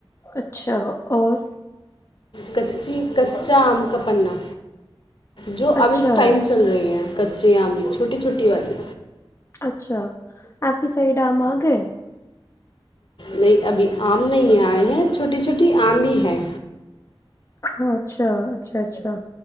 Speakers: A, on the left; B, on the left.
A: اچھا اور
B: کچی کچا آم کا پناہ جو
A: اچھا
B: اب اس ٹائم چل رہی ہیں کچے آاں بھی چھوٹی چھوٹی والی
A: اچھا آپ کی سح ڈم آ گئے
B: نہیں ابھی آم نہیں آئے ہیں چھوٹی چھوٹی آملی ہے
A: ہاں اچھاچ اچھا اچھا